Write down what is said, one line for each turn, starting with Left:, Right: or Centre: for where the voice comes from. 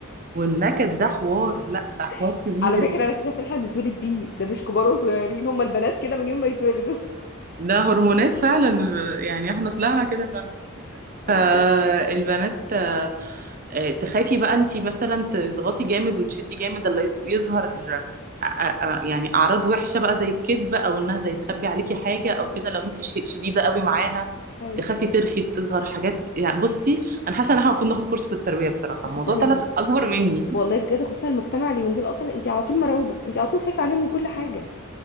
Right: والنكد ده حوار لا حوار
Left: <laughs>
Right: كبير
Left: على فكره انا اكتشفت ان احنا بنتولد بيه ده مش كبار وصغيرين هم البنات كده من يوم ما يتولدوا
Right: ده هرمونات فعلا يعني احنا طلعنا كده
Left: لا
Right: فالبنات
Left: بجد
Right: آه، آه، تخافي بقى انتي مثلا تضغطي جامد وتشدي جامد اللي يظهر آه، آه، آه، يعني اعراض وحشه بقى زي الكذب او انها زي تخبي عليكي حاجه او
Left: أيوة
Right: كده لو انتي ش- شديده قوي معاها
Left: أيوة
Right: تخافي
Left: حقيقي.
Right: ترخي تظهر حاجات يعني بصي انا حاسه ان احنا المفروض ناخد كورس في التربيه بصراحه
Left: خصوصا
Right: الموضوع
Left: يعني
Right: طلع اكبر مني
Left: والله بجد خصوصا المجتمع اليومين دول أصلا أنت على طول مرعوبة أنت على طول خايفة عليهم من كل حاجة